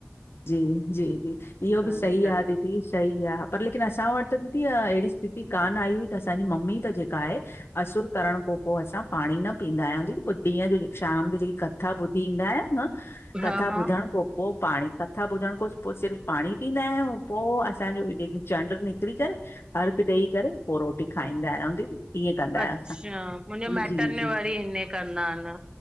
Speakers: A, on the left; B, on the right.
A: जी जी जी इहो बि
B: त
A: सही
B: इन करे
A: आ दीदी सही आ। पर लेकिन असां वटि त दीदी अहिड़ी स्थिति कान आई हुई त असांजी मम्मी त जेका आहे असुर करण खां पो असां पाणी न पीअंदा आहियूं दीदी ॾींहं जो शाम जो जेकी कथा ॿुधी ईंदा आहियूं न कथा
B: हा हा
A: ॿुधण, पो पाणी कथा ॿुधण खां पो सिर्फ़ पाणी पींदा आहियूं। पो असांजो जेक चंड्र निकिरी करे अर्घु ॾेई करे पो रोटी। खाईंदा आहियूं दीदी, ईअं कंदा आहियूं
B: अचछा
A: असां
B: मुंहिंजे
A: जी,
B: माइट्र में
A: जी,
B: वरी इअं कंदा आहिनि।